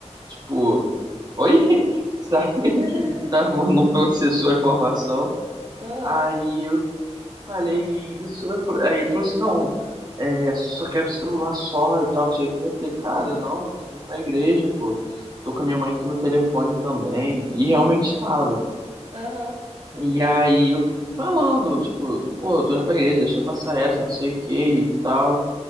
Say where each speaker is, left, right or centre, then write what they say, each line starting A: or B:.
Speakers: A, on the right; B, on the right.
A: tipo, oi, <laughs> sabe?
B: <laughs>
A: Tá, não processou a informação.
B: Aham,
A: Aí eu falei isso, eu falei- aí ele falou assim, não, é, só quero celular só e tal, não sei o que. Eu falei, cara, não, eu tô indo pra igreja, pô. Tô com a minha mãe aqui no telefone também. E realmente estava.
B: aham.
A: E aí, eu falando, tipo, pô, eu tô indo pra igreja, deixa eu passar essa, não sei o que e tal,